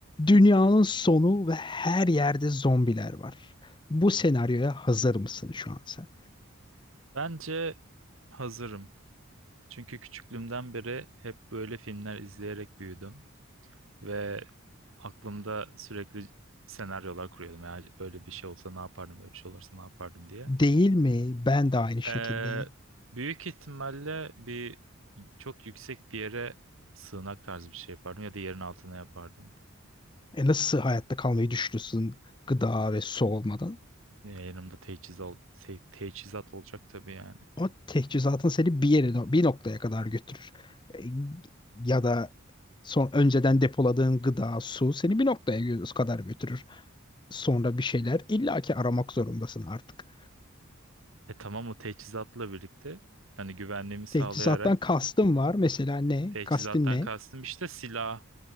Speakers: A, on the left; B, on the right.
A: Dünyanın sonu ve her yerde zombiler var. Bu senaryoya hazır mısın şu an sen?
B: Bence hazırım. Çünkü küçüklüğümden beri hep böyle filmler izleyerek büyüdüm ve aklımda sürekli senaryolar kuruyordum. Ya böyle bir şey olsa ne yapardım, böyle bir şey olursa ne yapardım diye.
A: Değil mi? Ben de aynı şekilde.
B: Ee, büyük ihtimalle bir çok yüksek bir yere sığınak tarzı bir şey yapardım ya da yerin altına yapardım.
A: E nasıl hayatta kalmayı düşünürsün gıda ve su olmadan?
B: Ee, yanımda teçhizat, teçhizat olacak tabii yani.
A: O teçhizatın seni bir yere, no, bir noktaya kadar götürür. E, ya da son önceden depoladığın gıda, su seni bir noktaya gö- kadar götürür. sonra bir şeyler illaki aramak zorundasın artık.
B: E tamam o teçhizatla birlikte hani güvenliğimi sağlayarak
A: Teçhizattan kastım var. Mesela ne?
B: Teçhizattan
A: Kastın ne?
B: kastım işte silah